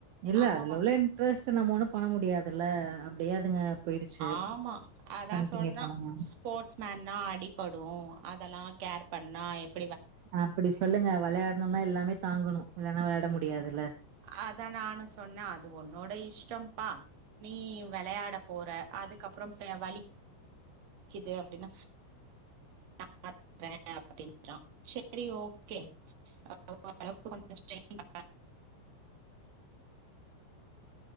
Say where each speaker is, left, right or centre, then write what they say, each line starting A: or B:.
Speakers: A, on the right; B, on the right.
A: இல்ல
B: அவவா
A: அதுல உள்ள இன்ட்ரெஸ்ட் நம்ம ஒண்ணு பண்ண முடியாதுல்ல அப்டியே அதுங்க போயிடுச்சு
B: ஆமா அதா
A: கண்டினியூ
B: சொல்றான்
A: பண்ணுங்க
B: ஸ்போர்ட்ஸ்மேன்னா அடி படூம் அதெல்லா கேர் பண்ணா எப்
A: அப்டி சொல்லுங்க வெளையாட்னுனா எல்லாமே தாங்கனு இல்லன்னா வெளையாட முடியாதுல்ல
B: அதா நானு சொன்ன அது உன்னோட இஷ்டம்ப்பா நீ வெளையாட போற அதுக்கப்றோ <unintelligible> வலி க்குது அப்டின்ன <inaudible> அப்டின் சா செரி ஓகே <inaudible> ஹலோ <inaudible> ஸ்டெய்ன்